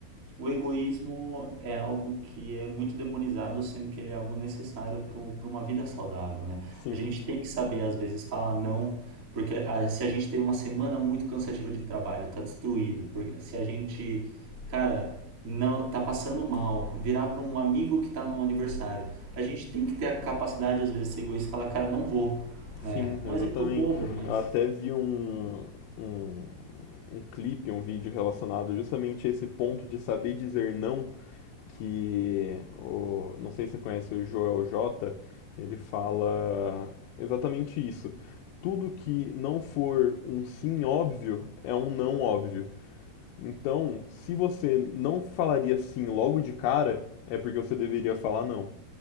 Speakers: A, on the right; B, on the left.
A: o egoísmo é algo que é muito demonizado, sendo que ele é algo necessário para uma vida saudável, né?
B: Sim,
A: A gente tem que saber, às vezes, falar não, porque ah, se a gente tem uma semana muito cansativa de trabalho, tá destruído, porque se a gente, cara, não tá passando mal, virar para um amigo que tá no aniversário, a gente tem que ter a capacidade, às vezes, de ser egoísta e falar, cara, não vou, né?
B: sim,
A: Um
B: exatamente.
A: exemplo bobo, mas
B: Eu até vi um, um, um clipe, um vídeo relacionado justamente a esse ponto de saber dizer não, que o, não sei se você conhece o Joel J, ele fala exatamente isso. Tudo que não for um sim óbvio é um não óbvio. Então, se você não falaria sim logo de cara, é porque você deveria falar não.